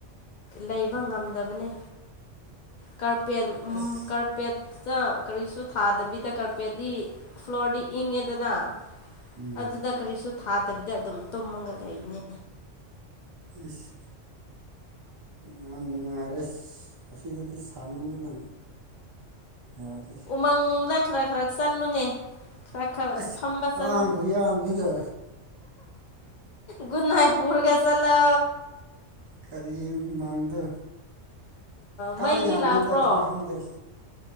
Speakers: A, on the left; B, on the right.
A: ꯂꯩꯕ ꯉꯝꯗꯕꯅꯦ ꯀꯥꯔꯄꯦꯟ ꯎꯝ
B: ꯑꯁ
A: ꯀꯥꯔꯄꯦꯠꯇ ꯀꯔꯤꯁꯨ ꯊꯥꯗꯕꯤꯗ ꯀꯥꯔꯄꯦꯠꯇꯤ ꯐ꯭ꯂꯣꯔꯗꯤ ꯏꯪꯉꯦꯗꯅ
B: ꯎꯝ
A: ꯑꯗꯨꯗ ꯀꯔꯤꯁꯨ ꯊꯥꯗꯕꯤꯗ ꯑꯗꯨꯝ ꯇꯨꯝꯃꯒ ꯂꯩꯕꯅꯦ
B: ꯏꯁ ꯌꯥꯝ ꯅꯨꯡꯉꯥꯏꯔꯤꯁ ꯑꯁꯤꯗꯗꯤ ꯁꯥꯃꯟꯗꯅ ꯌꯥꯗꯦ
A: ꯃꯪꯗ ꯈꯔ ꯈꯔ ꯆꯜꯂꯨꯅꯦ ꯈꯔ ꯈꯔ
B: ꯑꯁ
A: ꯐꯝꯕ
B: ꯀꯥꯡ
A: ꯆꯠꯂꯣ
B: ꯈꯨꯌꯥꯝꯁꯤꯒ
A: ꯒꯨꯠꯅꯥꯏꯠ ꯄꯨꯔꯒ ꯆꯠꯂꯣ
B: ꯀꯔꯤꯒꯤ ꯃꯪꯗ ꯇꯥ
A: ꯃꯩꯗꯤ
B: ꯌꯥꯝꯔꯦꯗ
A: ꯂꯥꯛꯄ꯭ꯔꯣ
B: ꯑꯁꯤ ꯈꯪꯗꯦ